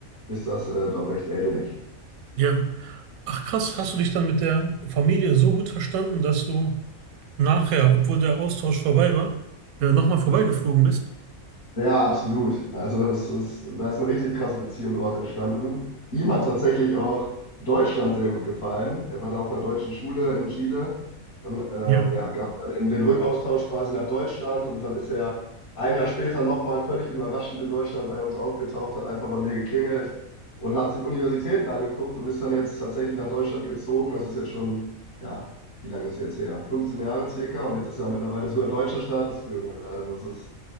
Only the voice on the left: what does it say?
ist das äh, doch recht ähnlich.
Ja, absolut. Also das ist, da ist eine richtig krasse Beziehung daraus entstanden. Ihm hat tatsächlich auch Deutschland sehr gut gefallen. Er war da auf einer deutschen Schule in Chile. Dann ähm,
ja, gab es dann den, den Rückaustausch quasi nach Deutschland und dann ist er ein Jahr später nochmal völlig überraschend in Deutschland bei uns aufgetaucht, hat einfach bei mir geklingelt und hat sich Universitäten angeguckt und ist dann jetzt tatsächlich nach Deutschland gezogen. Das ist jetzt schon, ja, wie lange ist es jetzt her? 15 Jahre circa und jetzt ist er mittlerweile sogar deutscher Staatsbürger. Also es ist